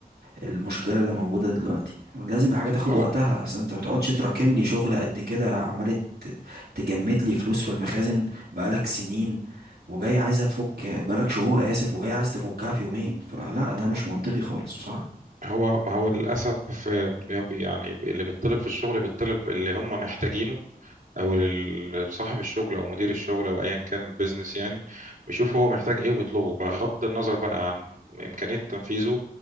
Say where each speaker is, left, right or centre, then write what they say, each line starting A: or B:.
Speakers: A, on the right; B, on the right.
A: المشكلة اللي موجودة دلوقتي لازم الحاجة تاخد
B: هو
A: وقتها اصل انت ما تقعدش تراكم لي شغل قد كده عمال ت- تجمد لي فلوس في المخازن بقالك سنين وجاي عايزها تفك بقالك شهور آسف وجاي عايز تفكها في يومين فلا ده مش منطقي خالص بصراحة
B: هو ما هو للأسف آه، يعني بي- اللي بيطلب في الشغل بيطلب اللي هم محتاجينه او لل- صاحب الشغل او مدير الشغل او ايا كان البيزنس يعني بيشوف هو محتاج ايه وبيطلبه بغض النظر بقى عن امكانيه تنفيذه